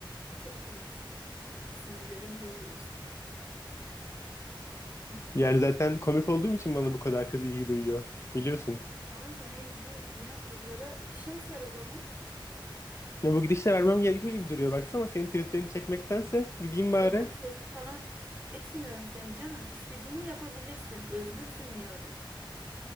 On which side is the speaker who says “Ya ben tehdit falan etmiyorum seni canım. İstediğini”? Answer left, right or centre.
Right